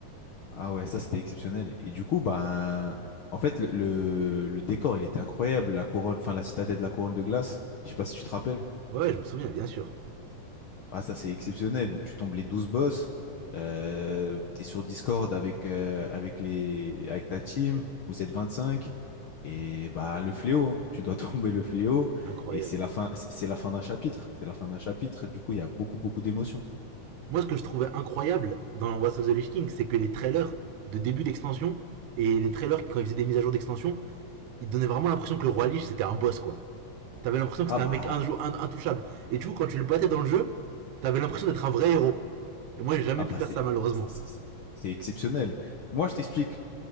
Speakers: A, on the left; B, on the right.
A: Ah ouais, ça c'était exceptionnel. Et du coup, ben, en fait, le, le- le décor, il était incroyable. La couronne, enfin, la citadelle de la couronne de glace. Je sais pas si tu te rappelles.
B: Ouais, je me souviens, bien sûr.
A: Ah, ça c'est exceptionnel. Donc, tu tombes les 12 boss. Euh, tu es sur Discord avec, euh, avec les, avec ta team. Vous êtes 25. Et bah, le fléau, hein. Tu dois <laughs> tomber le fléau.
B: Incroyable.
A: Et c'est la fin, c'est c'est la fin d'un chapitre. C'est la fin d'un chapitre. Du coup, il y a beaucoup, beaucoup d'émotions.
B: Moi, ce que je trouvais incroyable dans What's of the Lich King, c'est que les trailers de début d'extension et les trailers quand ils faisaient des mises à jour d'extension, ils donnaient vraiment l'impression que le roi Lich c'était un boss quoi. T'avais l'impression
A: Ah
B: que c'était
A: bah,
B: un mec intouchable. Et du coup, quand tu le battais dans le jeu, t'avais l'impression d'être un vrai héros. Et moi, j'ai jamais
A: ah bah,
B: pu faire
A: c'est
B: ça malheureusement.
A: c'est- c'est- c'est exceptionnel. Moi, je t'explique.